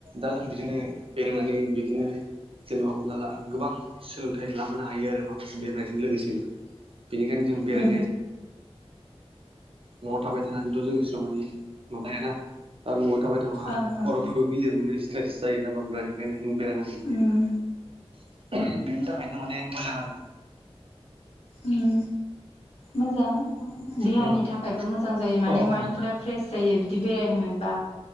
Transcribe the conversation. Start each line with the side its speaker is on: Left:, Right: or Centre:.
Right: दा जों बिदिनो बेरायनानै बिदिनो जेनेबा हमना ला गोबां सोलोंथाइ लाबोनो हायो आरो मा। बेरायनायजों लोगोसेबो बेनिखायनो जों बेरायनाया
Left: उम
Right: न'आव थाबाय थानानैथ' जों इसिबां मानानि माबायाना। आरो न'आव थाबाय थाबा
Left: ओं ओं
Right: खर'फोरखौ गिलिर मोनो स्ट्रेस जायो ना ओमफ्राय ओंखायनो जों बेरायनांगौ जायो
Left: उम
Right: बेनि थाखायनो माने मोजां आरो।
Left: उम मोजां देहानि
Right: उम
Left: थाखायबो मोजां जायो माने
Right: औ
Left: माइन्दफ्रा
Right: देहानि थाखायबो
Left: फ्रेस जायो बिदि बेरायनो मोनबा